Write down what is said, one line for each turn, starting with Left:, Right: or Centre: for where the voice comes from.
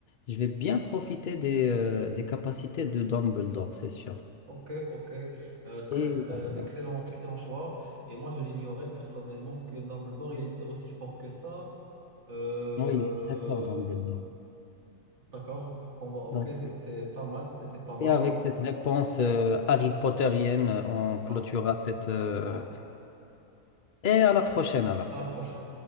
Left: je vais bien profiter des, euh, des capacités de Dumbledore, c'est sûr.
Right: Ok, ok. Euh, très
Left: Et euh,
Right: euh,
Left: voilà.
Right: excellent, excellent choix. Et moi, je l'ignorais personnellement que Dumbledore, il était aussi fort que ça. Euh,
Left: oui, il est très fort, Dumbledore.
Right: d'accord. Bon, bah, ok,
Left: Donc,
Right: c'était pas mal. C'était pas mal.
Left: et avec
Right: hein.
Left: cette réponse
Right: Voilà,
Left: euh, Harry Potterienne, on
Right: voilà,
Left: clôturera cette... euh,
Right: voilà.
Left: Et à la prochaine alors.
Right: À la prochaine.